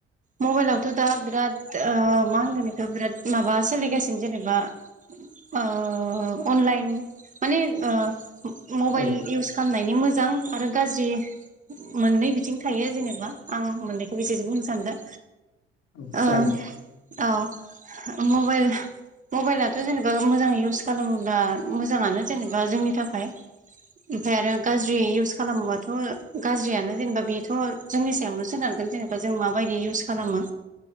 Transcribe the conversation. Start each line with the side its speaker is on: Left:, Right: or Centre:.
Right: मबाइलावथ' दा बिराद ओ मा होनगोन बेखौ' ओ बिराद माबा सोलिगासिनो जेनेबा ओ अनलाइन माने ओ मबाइल
Left: औ
Right: इउज खालामनाय नि मोजां आरो गाज्रि मोननै बिथिं थायो जेनेबा आं मोननैखौ बेसेजों बुंनो सानदों
Left: औ जागोन
Right: औं औ। मबाइल मबाइलाथ' जेनेबा मोजाङै इउस खालामोब्ला मोजाङानो जेनेबा जोंनि थाखाय ओमफ्राय आरो गाज्रि इउस खालामोबा थ' गाज्रियानो जेनेबा बेथ' जोंनि सायावनो सोनारगोन जेनेबा जों माबायदि इउस खालामो